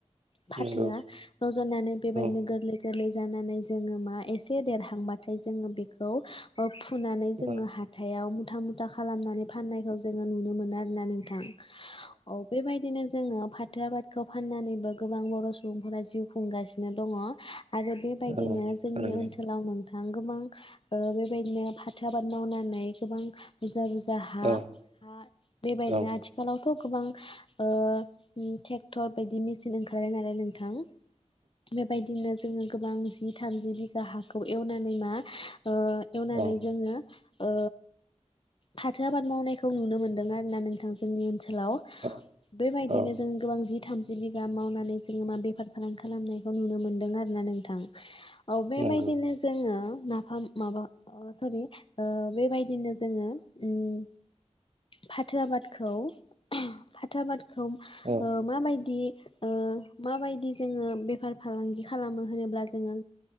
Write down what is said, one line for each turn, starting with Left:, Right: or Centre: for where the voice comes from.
Left: फाथोआ
Right: नंगौ
Left: रज'नानै बेबायदिनो
Right: औ
Left: गोरलै गोरलै जानानै जोङो मा एसे देरहांबाथाय जोङो बेखौ फुनानै जोङो
Right: औ
Left: हाथायाव मुथा मुथा खालामनानै फाननायखौ जोङो नुनो मोनो आरोना नोंथां। औ बेबायदिनो जोङो फाथो आबादखौ फाननानैबो गोबां बर' सुबुंफोरा जिउ खुंगासिनो दङ। आरो बेबायदिनो
Right: औ
Left: जोंनि
Right: थारैनो
Left: ओनसोलाव नों गोबां ओ बेबायदिनो फाथो आबाद मावनानै गोबां बुरजा बुरजा हा
Right: औ
Left: हा बेबायदिनो
Right: औ औ
Left: आथिखालाव थ' गोबां ओ टेक्टर बायदि मेसिन ओंखारबाय नालाय नोंथां। बेबायदिनो जोङो गोबां जि थामजि बिघा हाखौ एवनानै मा ओ एवनानै
Right: औ
Left: जोङो ओ फाथो आबाद मावनायखौ नुनो मोनदों आरोना नोंथां जोंनि ओनसोल आव
Right: औ
Left: बेबायदि बिदिनो
Right: औ
Left: जों गोबां जि थामजि बिगा मावनानै जोङो मा बेफार फालां खालामनायखौ नुनो मोनदों आरोना नोंथां औ बेबायदिनो
Right: नंगौ
Left: जोङो नाफाम माबा अ सरि ओ बेबायदिनो जोङो उम फाथो आबादखौ फाथो आबाद खौ
Right: औ
Left: ओ माबायदि ओ माबायदि जोङो बे बेफार फालांगि खालामो होनोब्ला जोङो